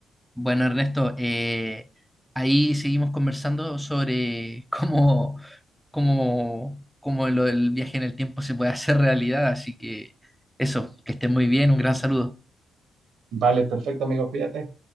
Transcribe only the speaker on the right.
Vale, perfecto, amigo, cuídate.